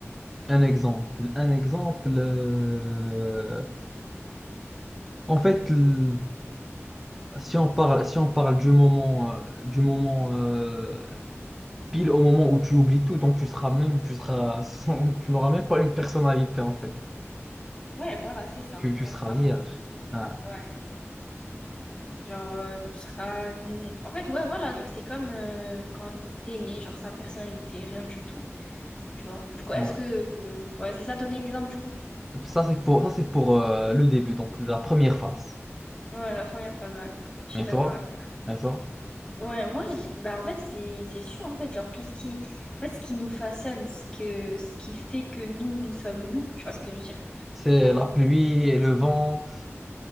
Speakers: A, in the centre; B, on the left.
A: Un exemple. Un exemple. euh, En fait, l- si on parle, si on parle du moment, euh, du moment euh, pile au moment où tu oublies tout, donc tu seras même, tu seras sans- <laughs> tu n'auras même pas une personnalité en fait.
B: Ouais, voilà, c'est ça.
A: Tu, tu
B: Genre,
A: seras
B: t'auras
A: vierge.
B: pas...
A: Ah,
B: Ouais. Genre, euh, tu seras. hum, En fait, ouais, voilà, genre, c'est comme euh, quand t'es né, genre, sans personnalité, rien du tout. Tu vois? Du coup, est-ce
A: ouais.
B: que. euh, Ouais, c'est ça ton exemple, du coup?
A: Ça, c'est pour, ça, c'est pour euh, le début, donc la première phase.
B: Ouais, la première phrase ouais. Je suis
A: Et
B: d'accord
A: toi?
B: avec.
A: Et toi?
B: toi. Ouais, moi, je bah, en fait, c'est c'est sûr, en fait, genre, tout ce qui, en fait, ce qui nous façonne, ce que, ce qui fait que nous, nous sommes nous, tu vois ce que je veux dire?
A: C'est
B: Pas trop.
A: la pluie et le vent.